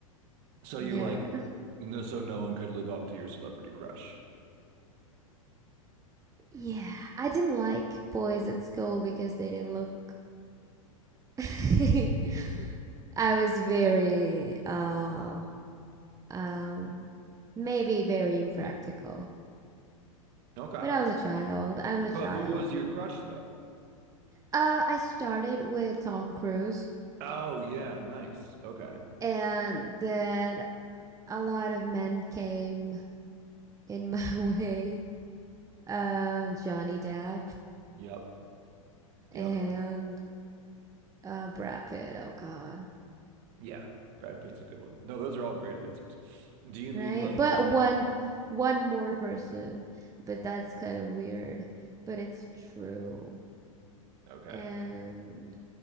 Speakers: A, on the right; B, on the right.
A: So you
B: Yeah.
A: like, no, so no one could live up to your celebrity crush.
B: Yeah, I didn't like boys at school because they didn't look <laughs> I was very uh Um, maybe very impractical.
A: Okay,
B: But I was a child. I was
A: but
B: a child.
A: who was your crush though?
B: Uh, I started with Tom Cruise,
A: Oh yeah, nice. Okay.
B: and then a lot of men came in <laughs> my way. Um, Johnny Depp
A: Yep. Yep.
B: and uh, Brad Pitt. Oh God,
A: Yeah, Brad Pitt's a good one. No, those are all great answers. Do you mean
B: right?
A: like
B: But
A: um
B: one, one more person. But that's kind of weird. But it's true.
A: okay.
B: And